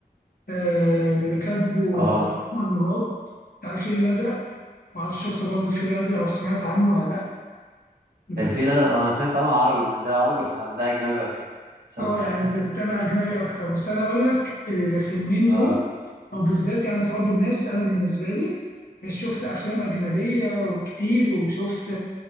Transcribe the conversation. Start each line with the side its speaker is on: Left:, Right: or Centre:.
Left: آه، اللي كاتبه
Right: اه
Left: آه، أحمد مراد بتاع الفيل الأزرق معرفش شفت برضه الفيل الأزرق أو سمعت عنه ولا لأ بس
Right: الفيلة ده انا سمعت عنه عربي مش ده عربي <laughs> ولا ده اجنبي ولا ايه عشان
Left: اه
Right: ما-
Left: يعني أنت بتتابع أجنبي أكتر بس أنا أقول لك الفيلمين
Right: اه
Left: دول أو بالذات يعني تراب الماس أنا بالنسبة لي شفت أفلام أجنبية وكتير وشفت